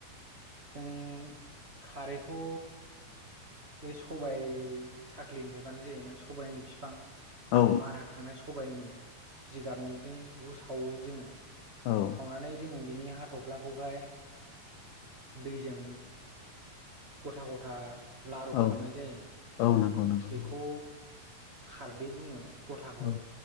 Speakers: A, on the right (about 60°); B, on the left (about 85°).
A: जों खारैखौ बे सबाय साख्लिनिफाय बानायनाय जायो माने सबाइनि फिफां
B: औ
A: मारा होखांनाय स सबाइनि जिगाबनिजों बेखौ सावो जोङो
B: औ
A: सावनानै जोङो बिनि हाथ'ब्लाखौहाय दैजों गथा गथा लारु
B: औ
A: खालामनाय जायो
B: औ नंगौ नंगौ
A: बेखौ खारदै बुङो ग'थाखौ
B: औ